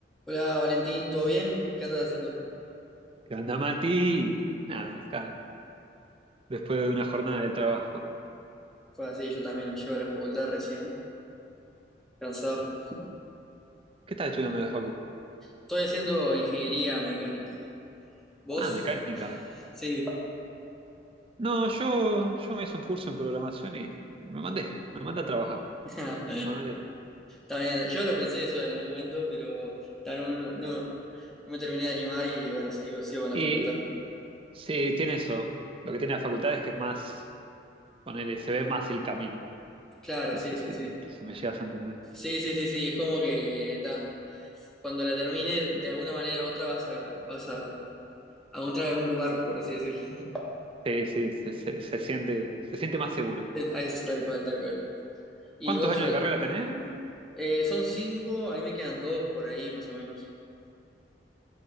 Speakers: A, in the centre; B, on the right (about 30°).
A: Hola Valentín, ¿todo bien? ¿Qué andas haciendo?
B: ¿Qué onda, Mati? Nada, acá, después de una jornada de trabajo.
A: Fue así, yo también llego a la facultad recién, cansado.
B: ¿Qué estás estudiando en la facu?
A: Estoy haciendo ingeniería mecánica. ¿Vos?
B: Ah, mecánica.
A: Sí.
B: No, yo, yo me hice un curso en programación y, y me mandé, me mandé a trabajar.
A: <laughs> Está
B: Me mandé.
A: bien, yo lo pensé eso en un momento, pero ta, no, no, no- no me terminé de animar y bueno, sigo, sigo con
B: Y
A: la facultad.
B: sí, tiene eso. Lo que tiene la facultad es que es más, ponele, se ve más el camino.
A: Claro,
B: No
A: sí,
B: sé
A: sí,
B: si,
A: sí.
B: si me llegas a entender.
A: Sí, sí, sí, sí, es como que ta, cuando la termine, de alguna manera u otra vas a, vas a, a encontrar algún lugar, por así decirlo. <laughs>
B: Sí, sí, se, se- se siente, se siente más seguro.
A: Es, es tal cual, tal cual. ¿Y
B: ¿Cuántos
A: vos?
B: años de carrera tenés?
A: Eh, son cinco, a mí me quedan dos por ahí más o menos.